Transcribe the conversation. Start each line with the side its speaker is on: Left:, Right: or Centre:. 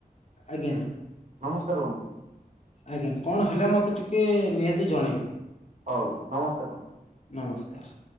Left: ଆଜ୍ଞା।
Right: ନମସ୍କାର ବନ୍ଧୁ।
Left: ଆଜ୍ଞା କଣ ହେଲା ମତେ ଟିକେ ନିହାତି ଜଣେଇବି।
Right: ହଉ ନମସ୍କାର ବନ୍ଧୁ।
Left: ନମସ୍କାର।